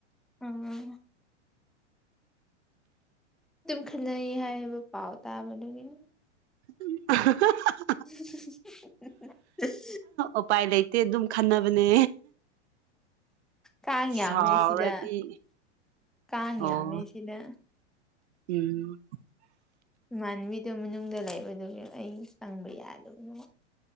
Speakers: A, in the centre; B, on the right (about 65°).
A: ꯑꯥꯡ ꯗꯨꯝ ꯈꯟꯅꯩ ꯍꯥꯏꯕ ꯄꯥꯎ ꯇꯥꯕꯗꯨꯒꯤꯅꯤ
B: <unintelligible>
A: <unintelligible>
B: ꯎꯄꯥꯏ ꯂꯩꯇꯦ ꯑꯗꯨꯝ ꯈꯟꯅꯕꯅꯦ
A: ꯀꯥꯡ ꯌꯥꯝꯃꯦ
B: ꯁꯥꯎꯔꯗꯤ
A: ꯁꯤꯗ ꯀꯥꯡ
B: ꯑꯣ
A: ꯌꯥꯝꯃꯦ ꯁꯤꯗ
B: ꯎꯝ
A: ꯏꯃꯥꯟꯅꯕꯤꯗꯨ ꯃꯅꯨꯡꯗ ꯂꯩꯕꯗꯨꯒꯤ ꯑꯩ ꯆꯪꯕ ꯌꯥꯗꯕꯅꯦ